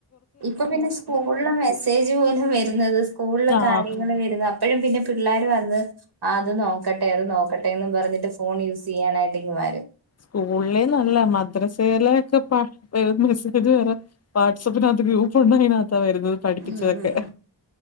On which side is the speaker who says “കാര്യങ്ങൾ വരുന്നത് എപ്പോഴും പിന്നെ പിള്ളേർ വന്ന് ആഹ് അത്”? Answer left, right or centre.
Right